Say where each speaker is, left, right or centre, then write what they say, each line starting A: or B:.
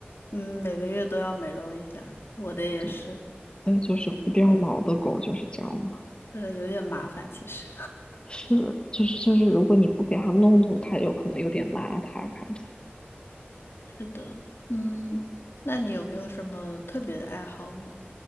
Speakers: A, on the left; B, on the left.
A: 嗯，每个月都要美容一下，我的也是，
B: 对，所以就是不掉毛的狗就是这样嘛。
A: 哎，这个有点麻烦其实。
B: 是，就是就是，如果你不给它弄弄，它有可能有点邋遢，看起来
A: 是的，嗯，那你有没有什么特别的爱好吗？